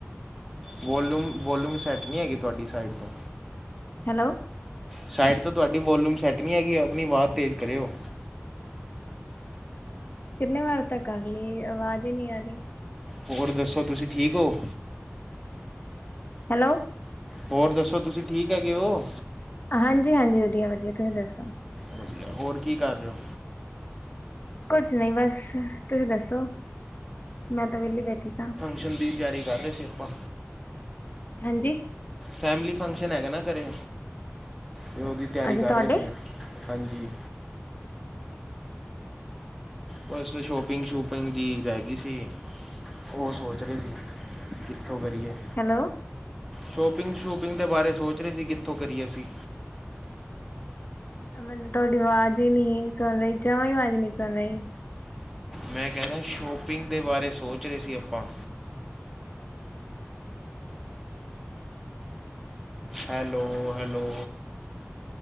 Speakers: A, in the centre; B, on the left.
A: ਵੋਲਿਮ ਵੋਲੂਮ ਸੈੱਟ ਨਹੀਂ ਹੈਗੀ ਤੁਹਾਡੀ ਸਾਈਡ ਤੋਂ।
B: ਹੈਲੋ,
A: ਸਾਈਟ ਤੋਂ ਤੁਹਾਡੀ ਵੋਲੂਮ ਸੈੱਟ ਨਹੀਂ ਹੈਗੀ ਆਪਣੀ ਆਵਾਜ਼ ਤੇਜ਼ ਕਰਿਓ।
B: ਕਿੰਨੇ ਵਾਰ ਤਾਂ ਕਰ ਲਈ ਆਵਾਜ਼ ਈ ਨੀ ਆ ਰੀ।
A: ਹੋਰ ਦੱਸੋ ਤੁਸੀ ਠੀਕ ਓ?
B: ਹੈਲੋ।
A: ਹੋਰ ਦੱਸੋ ਤੁਸੀਂ ਠੀਕ ਹੈਗੇ ਓ?
B: ਹਾਂਜੀ ਹਾਂਜੀ ਵਧੀਆ ਵਧੀਆ ਤੁਸੀਂ ਦੱਸੋ।
A: ਵਧੀਆ ਹੋਰ ਕੀ ਕਰ ਰਹੇ ਓ?
B: ਕੁਝ ਨੀ ਬਸ ਤੁਸੀਂ ਦੱਸੋ ਮੈਂ ਤਾਂ ਵਿਹਲੀ ਬੈਠੀ ਸਾਂ।
A: ਹਿੰਦੀ ਦੀ ਤਿਆਰੀ ਕਰ ਰਹੇ ਸੀ ਆਪਾਂ।
B: ਹਾਂਜੀ।
A: ਫੈਮਿਲੀ ਫੰਕਸ਼ਨ ਹੈਗਾ ਨਾ ਘਰੇ ਤੇ ਉਹਦੀ ਤਿਆਰੀ
B: ਅੱਛਾ
A: ਕਰ
B: ਤੁਹਾਡੇ
A: ਰਹੇ ਸੀ ਹਾਂਜੀ। ਬਸ ਸ਼ੋਪਿੰਗ ਸ਼ੂਪਿੰਗ ਜੀ ਰਹਿ ਗਈ ਸੀ। ਉਹ ਸੋਚ ਰਹੇ ਸੀ ਕਿੱਥੋਂ ਕਰੀਏ?
B: ਹੈਲੋ।
A: ਸ਼ੋਪਿੰਗ ਸ਼ੂਪਿੰਗ ਦੇ ਬਾਰੇ ਸੋਚ ਰਹੇ ਸੀ ਕਿੱਥੋਂ ਕਰੀਏ ਅਸੀਂ?
B: ਮੈਨੂੰ ਤੁਹਾਡੀ ਆਵਾਜ਼ ਹੀ ਨੀ ਸੁਣ ਰਹੀ, ਜਮਾਂ ਆਵਾਜ਼ ਨੀ ਸੁਣ ਰਹੀ।
A: ਮੈਂ ਕਹਿ ਰਿਹਾ ਸ਼ੋਪਿੰਗ ਦੇ ਬਾਰੇ ਸੋਚ ਰਹੇ ਸੀ ਆਪਾਂ। Hello hello